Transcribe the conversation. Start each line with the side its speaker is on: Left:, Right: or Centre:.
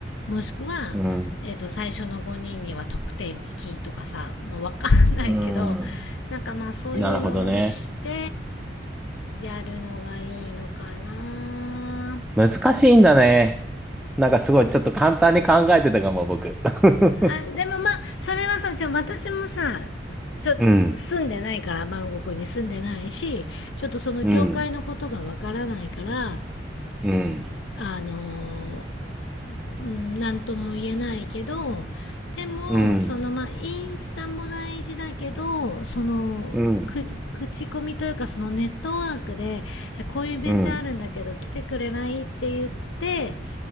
Left: もしくは、
Centre: うん。
Left: えっ、と、最初の5人には得点付きとかさ、まあ、わかんないけど、
Centre: うーん。
Left: なんかまあそういうのをして
Centre: なるほどね。
Left: やるのがいいのかな
Centre: 難しいんだね。なんかすごい、ちょっと簡単に考えてたかも、僕。<laughs>
Left: あでもまあそれはさじゃあ私もさちょっと住んでないからバンコクに住んでないしちょっとその業界のことがわからないから
Centre: うんうん、うん、
Left: あのうなんとも言えないけどでもそのまあインスタも大事だけどそのく口コミというかそのネットワークでえこういうイベントあるんだけど来てくれないって言って
Centre: うん、うん、うん、